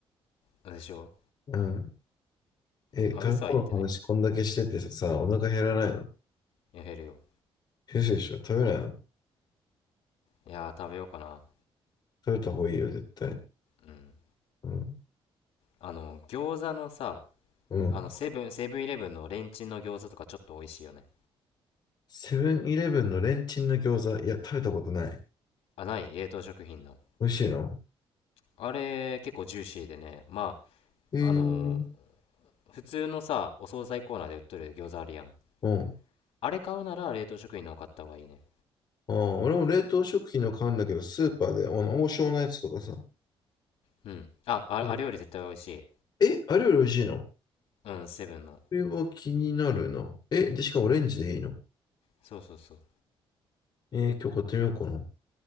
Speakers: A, on the left (about 80°); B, on the left (about 45°).
A: どうでしょう
B: うん。え、
A: まあ嘘は言ってない
B: 食べ物の話こんだけしててさ、お腹減らないの
A: や減るよ
B: 先生でしょ食べないの
A: いやー食べようかな
B: 食べた方がいいよ、絶対。
A: うん
B: うん。
A: あの餃子のさ
B: うん。
A: あのセブンセブンイレブンのレンチンの餃子とかちょっと美味しいよね
B: セブンイレブンのレンチンの餃子、いや、食べたことない。
A: あない冷凍食品の
B: 美味しいの
A: あれ結構ジューシーでねま
B: うーん。
A: ああの普通のさお惣菜コーナーで売っとる餃子あるやん
B: うん。
A: あれ買うなら冷凍食品の方買った方がいいね
B: ああ、俺も冷凍食品の買うんだけど、スーパーで、あの、王将のやつとかさ。
A: うんあああれより絶対美味しい
B: うんえ、あれより美味しいのこ
A: うんセブンの
B: れは気になるな。え、で、しかもオレンジでいいの
A: そうそうそう
B: えー今日買ってみようかな。